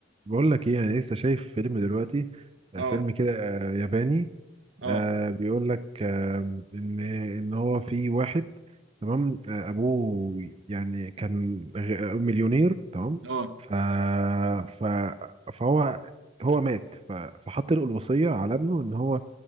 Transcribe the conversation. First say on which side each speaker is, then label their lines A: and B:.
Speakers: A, on the right; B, on the right.
A: بقول لك ايه انا لسه شايف فيلم دلوقتي آه،
B: اه
A: فيلم كده آه، ياباني
B: اه
A: آه بيقول لك آه ان ان هو في واحد تمام آه ابوه يعني كان غ- مليونير تمام
B: اه
A: ف ف فهو هو مات ف... فحط له الوصية على ابنه ان هو